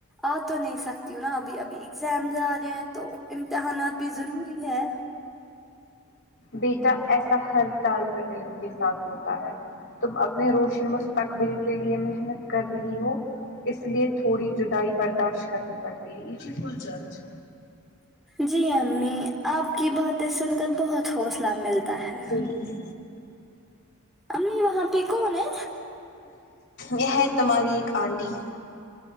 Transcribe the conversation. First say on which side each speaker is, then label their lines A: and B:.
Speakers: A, in the centre; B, on the left.
A: آ تو نہیں سکتی نا ابھی ابھی ایگزام جا رہے ہیں تو امتحانات بھی ضروری ہے
B: بیٹا ایسا ہر طالب علم کے ساتھ ہوتا ہے تم اپنے روشن مستقبل کے لیے محنت کر رہی ہو اس لیے تھوڑی جدائی برداشت کرنی پڑتی ہے بلکل جج
A: جی امی آپ کی باتیں سن کر بہت حوصلہ ملتا
B: چارج
A: ہے امی وہاں پہ کون ہے
B: یہ ہے تمہاری ایک آنٹی